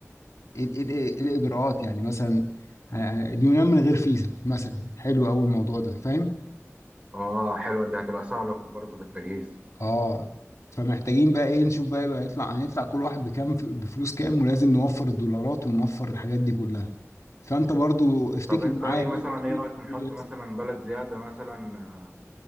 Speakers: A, on the left; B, on the right.
A: ايه ال- ايه ال- إيه الاجراءات يعني مثلا ه- ه- اليونان من غير فيزا مثلا حلو قوي الموضوع ده فاهم
B: اه حلوة دي هتبقى سهلة برضه في التجهيز
A: اه فمحتاجين بقى ايه نشوف بقى بقى يطلع هنطلع كل واحد بكام ف- بفلوس كام ولازم نوفر الدولارات ونوفر الحاجات دي كلها فانت برضو افتكر
B: طب انت
A: معايا
B: ايه
A: كده
B: مثلا
A: ايه اللي
B: ايه رأيك
A: المفروض
B: نحط
A: يحصل
B: مثلا بلد زيادة مثلا آه،